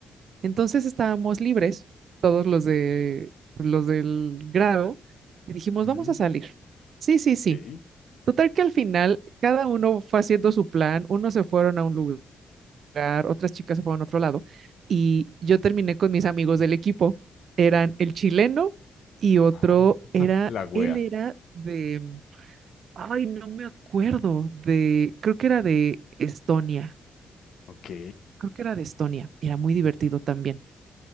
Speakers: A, on the right (about 65°); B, on the left (about 75°).
A: Entonces estábamos libres, todos los de los del grado, y dijimos,
B: ujú,
A: vamos a salir. Sí, sí, sí.
B: Ok.
A: Total que al final cada uno fue haciendo su plan, unos se fueron a un lugar, otras chicas se fueron a otro lado y yo terminé con mis amigos del equipo. Eran el chileno y otro
B: Ajá.
A: era,
B: La wea.
A: él era de, Ay, no me acuerdo de, creo que era de Estonia,
B: Ok.
A: creo que era de Estonia, era muy divertido también.